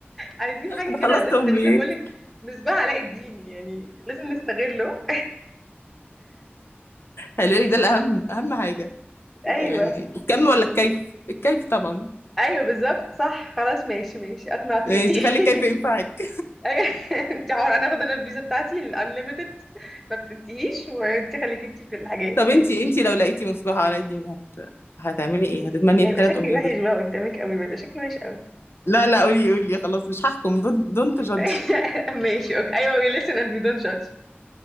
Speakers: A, in the centre; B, on the left.
A: عايزين حاجه
B: أنا خلصت
A: كده ده استغلال
B: أمنياتي
A: بقول لك مصباح علاء الدين يعني لازم نستغله
B: خلي بالك ده الأهم أهم حاجة يعني
A: <laughs> ايوه
B: الكم ولا الكيف الكيف طبعا
A: ايوه بالظبط صح خلاص ماشي ماشي اقنعتيني
B: ماشي
A: <laughs>
B: خلي الكيف ينفعك
A: <laughs> انت عمر انا اخد انا الفيزا بتاعتي الانليمتد ما بتنتهيش وانت خليك انت في الحاجات
B: طب
A: ماشي
B: انتي انتي لو لقيتي مصباح علاء الدين هت... هتعملي ايه هتتمني
A: هيبقى
B: الثلاث
A: شكلي
B: امنيات
A: وحش
B: دول
A: بقى قدامك قوي ما يبقى شكلي وحش قوي
B: لا لا قولي قولي خلاص مش هحكم دونت جادج
A: <laughs> ماشي اوكي ايوه we listen and we don't judge